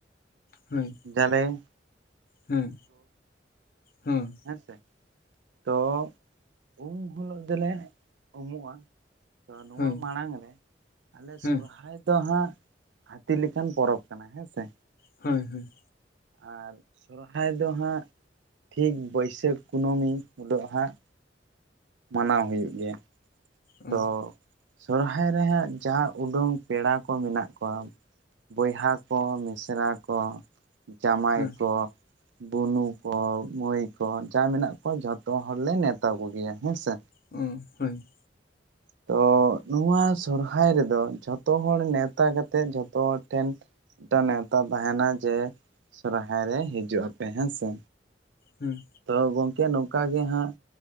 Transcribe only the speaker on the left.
ᱦᱩᱸ
ᱦᱩᱸ ᱦᱩᱸ
ᱦᱳᱭ
ᱦᱮᱸ
ᱦᱳᱭ ᱦᱳᱭ,
ᱚ
ᱦᱮᱸ
ᱩᱸ ᱦᱳᱭ
ᱦᱩᱸ